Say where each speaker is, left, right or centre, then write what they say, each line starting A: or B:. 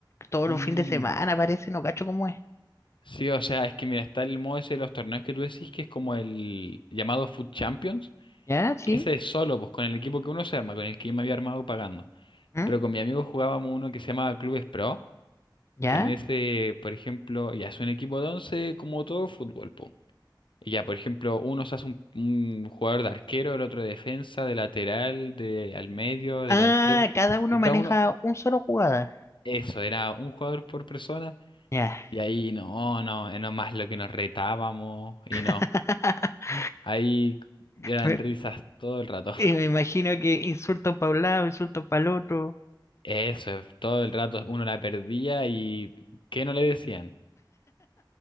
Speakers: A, on the left; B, on the left.
A: todos
B: Mm,
A: los fines de semana, parece, no cacho cómo es.
B: sí, o sea, es que mira, está el modo ese de los torneos que tú decís, que es como el llamado Food Champions,
A: ¿Ya? Sí.
B: que ese es solo, pues con el equipo que uno se arma, con el que yo me había armado pagando.
A: ¿Mm?
B: Pero con mi amigo jugábamos uno que se llamaba Clubes Pro,
A: ¿Ya?
B: que en ese, por ejemplo, ya es un equipo de 11 como todo fútbol, po. Y ya, por ejemplo, uno se hace un, un jugador de arquero, el otro de defensa, de lateral, de al medio, delantero.
A: Ah, cada uno
B: Y
A: maneja
B: cada uno,
A: un solo jugada.
B: eso, era un jugador por persona.
A: Ya.
B: Y ahí no, no, eh, no más lo que nos retábamos y
A: <laughs>
B: no. Ahí eran
A: Me,
B: risas todo el rato.
A: y me imagino que insulto para un lado, insulto para el otro.
B: <laughs> Eso, eh, todo el rato uno la perdía y ¿qué no le decían?